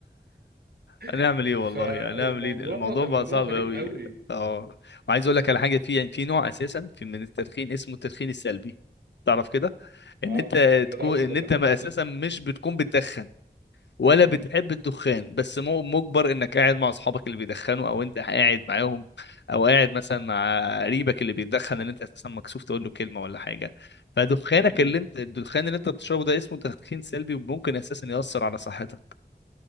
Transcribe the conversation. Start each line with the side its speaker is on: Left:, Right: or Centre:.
Left: هنعمل
Right: <laughs>
Left: ايه والله
Right: فالموضوع
Left: هنعمل ايه الموضوع
Right: الموضوع
Left: بقى صعب
Right: غريب
Left: قوي
Right: قوي
Left: اه وعايز اقول لك على حاجه في يعني في نوع اساسا في من التدخين اسمه التدخين السلبي تعرف كده ان
Right: اه
Left: انت
Right: ما
Left: تكون
Right: تقعدوا
Left: ان
Right: جنب
Left: انت
Right: حد
Left: ما
Right: مدخن
Left: اساسا مش بتكون بتدخن ولا
Right: مم.
Left: بتحب الدخان بس مو- مجبر انك قاعد مع اصحابك اللي بيدخنوا او انت قاعد معاهم او قاعد مثلا مع قريبك اللي بيدخن اللي انت اساسا مكسوف تقول له كلمه ولا حاجه فدخانك
Right: مم.
Left: اللي انت الدخان اللي انت بتشربه ده اسمه تدخين سلبي وممكن اساسا ياثر على صحتك